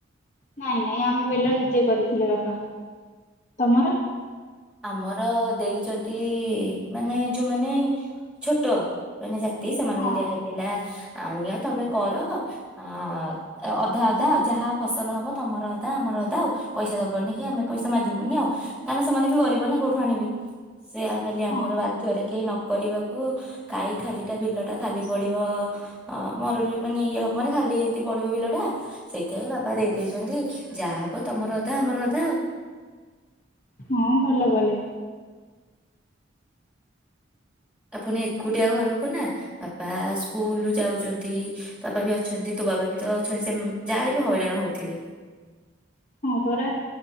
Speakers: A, on the left; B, in the centre.
A: ନାଇଁ ନାଇଁ ଆମ ବିଲ ନିଜେ କରିଥିଲେ ବାପା। ତମର?
B: ଆମର ଦେଇଛନ୍ତି ମାନେ ଯୋଉମାନେ ଛୋଟ ମାନେ ସେମାନଙ୍କୁ
A: ହଁ
B: ଦିଆ ହେଇଥିଲା ଆ ନିଅ ତମେ କର ଆ ଅଧା ଅଧା ଆଉ ଯାହା ଫସଲ ହବ ତମର ଅଧା ଆମର ଅଧା ଆଉ ପଇସା ଦବନି କି ଆମେ ପଇସା ମାଗିବୁନି ଆଉ କାରଣ ସେମାନେ ବି ଗରୀବନା କୋଉଠୁ ଆଣିବେ? ସେୟା ଖାଲି ଆମର
A: ହଁ
B: ବାଧ୍ୟରେ କେହି ନ କରିବାକୁ କାଇଁ ଖାଲିଟା ବିଲ ଟା ଖାଲି ପଡିବ ମରୁ ମାନେ ଇଏ ହବ ମାନେ ଖାଲି ଏମିତି ପଡିବ ବିଲ ଟା ସେଇଥିପାଇଁ ବାପା ଦେଇଦେଇଛନ୍ତି ଯାହା ହବ ତମର ଅଧା ଆମର ଅଧା ଆଉ।
A: ହଁ ଭଲ କ।
B: ଆପୁଣି ଏକୁଟିଆ ଘରକୁ ନା ବାପା ସ୍କୁଲ ଯାଉଛନ୍ତି ବାପା ବି ଅଛନ୍ତି ତୋ ବାବା ବି ତ ଅଛନ୍ତି ସେ ଯାହାର ବି ହଇରାଣ ହଉଥିବେ।
A: ହଁ ପରା